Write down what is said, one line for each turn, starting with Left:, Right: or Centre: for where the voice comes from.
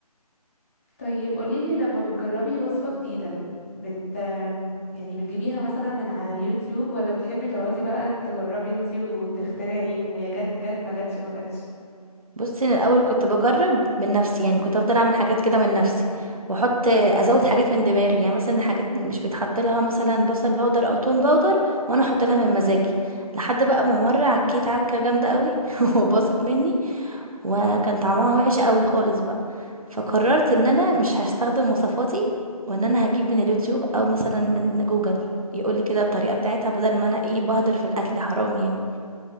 Left: طيب قوليلي لما بتجربي وصفة جديدة بت يعني بتجيبيها مثلا من على اليوتيوب ولا بتحبي تقعدي بقى تجربي انتي وتخترعي ويا جت جت ما جتش ما جتش
Right: بصي انا الاول كنت بجرب من نفسي يعني كنت افضل اعمل حاجات كده من نفسي واحط ازود حاجات من دماغي يعني مثلا حاجات مش بيتحط لها مثلا بصل باودر او توم باودر وانا احط لها من مزاجي لحد بقى ما مره عكيت عكه جامده قوي <laughs> وباظت مني وكان طعمها وحش قوي خالص بقى فقررت ان انا مش هستخدم وصفاتي وان انا هجيب من اليوتيوب او مثلا من جوجل يقولي كده الطريقه بتاعتها بدل ما انا ايه بهدر في الاكل حرام يعني